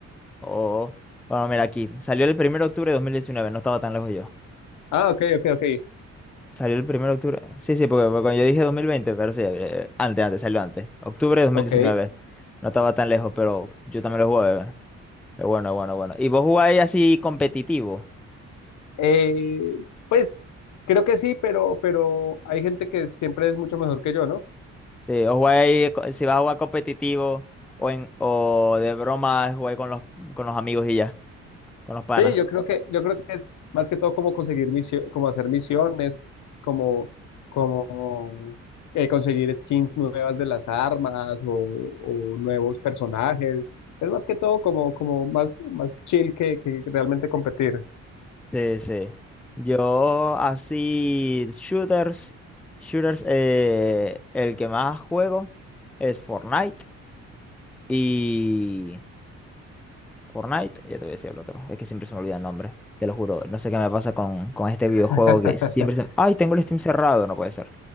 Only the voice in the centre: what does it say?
Oh, bueno, mira aquí. Salió el primero de octubre de 2019. no estaba tan lejos yo.
Salió el primero de octubre. Sí, sí, porque, porque cuando yo dije 2020, pero sí, eh, antes, antes, salió antes. Octubre de dos
mil diecinueve. No estaba tan lejos, pero yo también lo jugué. eh. Es bueno, bueno, bueno. ¿Y vos jugáis así competitivo?
Sí, o jugáis, co- si vas a jugar competitivo o, en, o de broma, jugáis con los, con los amigos y ya, con los panas.
Sí, sí. Yo así, shooters, shooters, eh, el que más juego es Fortnite y... Fortnite, ya te voy a decir el otro, es que siempre se me olvida el nombre, te lo juro, no sé qué me pasa con, con este videojuego
que siempre se... ¡Ay, tengo el Steam cerrado! No puede ser.